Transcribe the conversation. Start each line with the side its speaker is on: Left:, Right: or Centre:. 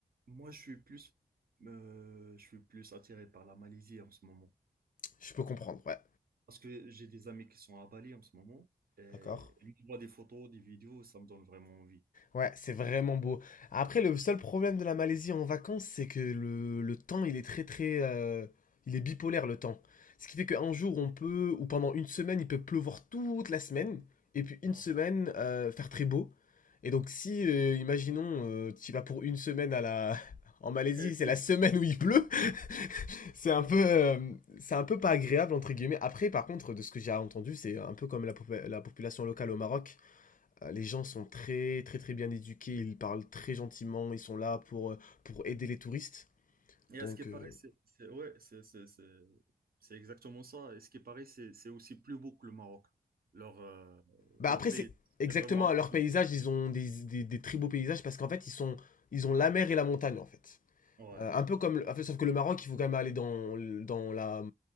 Right: Moi, je suis plus, euh, je suis plus attiré par la Malaisie en ce moment.
Left: je peux comprendre, ouais.
Right: Parce que j'ai des amis qui sont à Bali en ce moment. Et
Left: D'accord.
Right: lui qui voit des photos, des vidéos, ça me donne vraiment envie.
Left: Ouais, c'est vraiment beau. Après, le seul problème de la Malaisie en vacances, c'est que le, le temps, il est très très... euh, il est bipolaire le temps. Ce qui fait qu'un jour, on peut, ou pendant une semaine, il peut pleuvoir toute la semaine, et puis
Right: Non,
Left: une semaine, euh, faire très beau. Et donc si, euh, imaginons, euh, tu vas pour une semaine à la... <laughs> En Malaisie,
Right: euh,
Left: c'est
Right: <laughs> oui.
Left: la semaine où il pleut. <laughs> C'est un peu, euh, c'est un peu pas agréable entre guillemets. Après, par contre, de ce que j'ai entendu, c'est un peu comme la, popu- la population locale au Maroc. Euh, Les gens sont très très très bien éduqués, ils parlent très gentiment, ils sont là pour, euh, pour aider les touristes.
Right: Et
Left: Donc,
Right: à ce qui paraît,
Left: euh,
Right: c'est c'est- ouais, c'est c'est- c'est- c'est exactement ça. Et ce qui paraît, c'est c'est aussi plus beau que le Maroc. Leur, euh,
Left: bah
Right: leur
Left: après
Right: pays,
Left: c'est exactement
Right: c'est vraiment...
Left: à leur
Right: un-
Left: paysage, ils ont des, des, des très beaux paysages parce qu'en fait ils sont ils ont la mer et la montagne en fait.
Right: Ouais,
Left: Euh, un peu comme, en fait, sauf que le Maroc, il faut quand même aller dans, dans la,